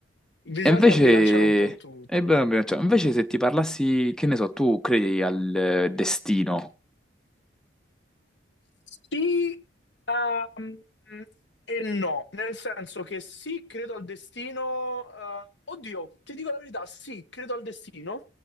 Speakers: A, on the left; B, in the centre.
A: Bisogna
B: E invece,
A: bilanciare un po' tutto.
B: e beh, abbiamo- cioè, invece se ti parlassi, che ne so, tu credi al eh, destino?
A: Sì, ehm, e no, nel senso che sì, credo al destino. eh, oddio, ti dico la verità, sì, credo al destino.